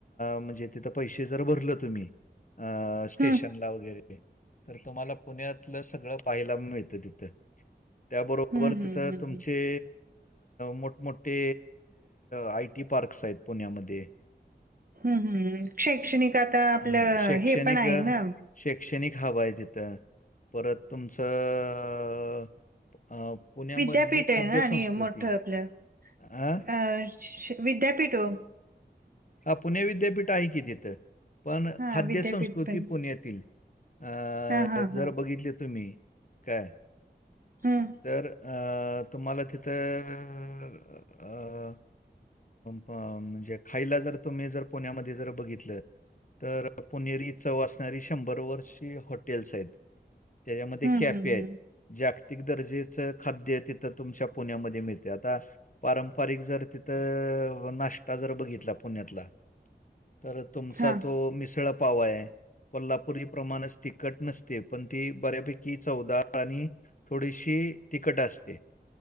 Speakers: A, on the left; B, on the right.
A: म्हणजे तिथं पैसे जर भरलं तुम्ही.... अ.... स्टेशनला
B: हम्म
A: वगैरे तर तुम्हाला पुण्यातलं सगळं पाहायला मिळत तिथं. त्याबरोबर
B: हम्म हम्म
A: तिथं
B: हम्म
A: तुमचे मोठ, मोठे आय टी पार्क्स आहेत पुण्यामध्ये
B: हम्म, हम्म शैक्षणिक
A: अ,
B: आता आपलं
A: हां, शैक्षणिक
B: हे पण आहे
A: अ,
B: ना
A: शैक्षणिक हव आहे तिथं परत तुमचं पुण्यामधली
B: विद्यापीठ आहे
A: खाद्य
B: ना आणि
A: संस्कृती.
B: मोठं आपलं
A: हां,
B: अ विद्यापीठ हो.
A: हा पुणे विद्यापीठ आहे की तिथं पण
B: हा
A: खाद्य
B: विद्यापीठ
A: संस्कृती
B: पण
A: पुण्यात तील अ
B: हा हा
A: जर
B: हा
A: बघितले तुम्ही काय
B: हम्म
A: तर अ तुम्हाला तिथं अ अ अ ब म्हणजे खाईला जर तुम्ही जर पुण्यामध्ये जर बघितलं. तर पुणेरी चव असणारी शंभर वर्ष हॉटेल्स आहेत. त्याच्यामध्ये
B: हम्म
A: कॅफे
B: हम्म
A: आहेत.
B: हम्म
A: जागतिक दर्जेचं खाद्य तिथं तुमच्या पुण्यामध्ये मिळते, आता पारंपरिक जर तिथं नाष्टा जर बघित पुण्यातला तर तुमचा
B: हा
A: तो मिसळ पाव आहे. कोल्हापूरी प्रमाणच तिखट नसते, पण ती बऱ्यापैकी चौदार आणि थोडीशी तिकट असते.